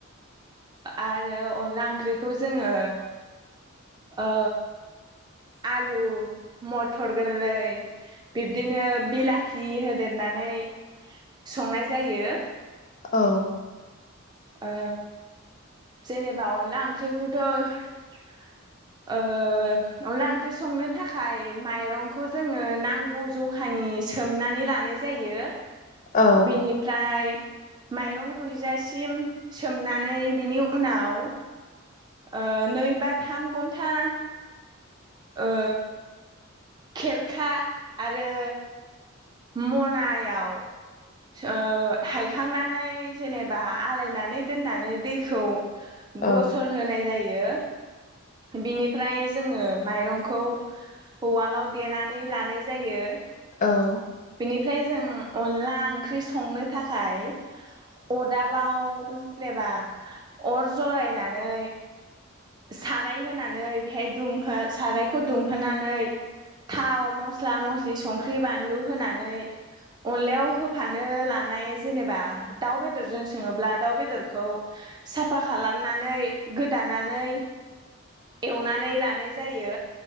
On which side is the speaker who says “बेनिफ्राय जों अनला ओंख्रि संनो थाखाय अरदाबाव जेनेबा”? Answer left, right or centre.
Right